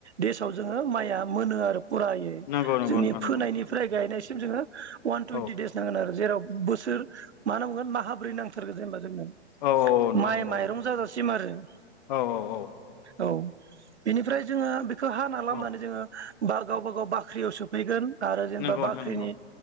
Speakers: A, on the right; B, on the left.
A: देसाव जोङो माइया मोनो आरो। फुरायै
B: नंगौ नंगौ
A: जोंनि
B: नंगौ नोंथां नंगौ
A: फोनायनिफ्राय गायनाय जोङो। वान टुवेन्टि
B: औ
A: देस नांगोन आरो जेराव बोसोर मा होनना बुंगोन माहाब्रै नांथारगोन जेनेबा जोंनो।
B: औ औ औ नोंथां
A: माइ
B: नंगौ
A: माइरं जावजासिम। सिम आरो।
B: औ औ औ
A: औ बेनिफ्राय जोङो बे खो हाना लामनानै
B: औ
A: जोङो बा गावबा गाव बाख्रियाव सोफैगोन। आरो जेनेबा
B: नंगौ
A: बाख्रिनि
B: नोंथां नंगौ